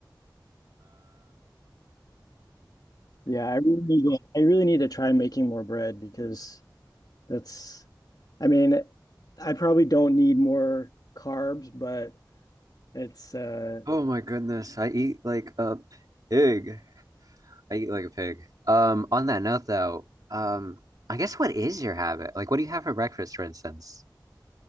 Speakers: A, on the left (about 55°); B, on the right (about 55°).
A: Yeah, I really need to, I really need to try making more bread because that's, I mean, I probably don't need more carbs, but it's uh
B: Oh my goodness. I eat like a pig. I eat like a pig. Um, on that note though, um, I guess what is your habit? Like what do you have for breakfast, for instance?